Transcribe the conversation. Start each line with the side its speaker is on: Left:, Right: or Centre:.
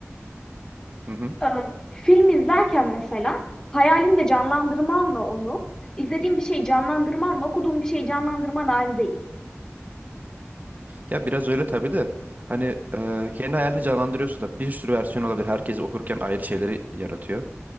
Right: Hı hı.
Left: Ee, Film izlerken mesela hayalinde canlandırmanla onu, izlediğin bir şeyi canlandırmanla okuduğun bir şeyi canlandırman aynı değil.
Right: Ya biraz öyle tabii de. Hani e, kendi hayalini canlandırıyorsun da bir sürü versiyon olabilir. Herkes okurken ayrı şeyleri yaratıyor.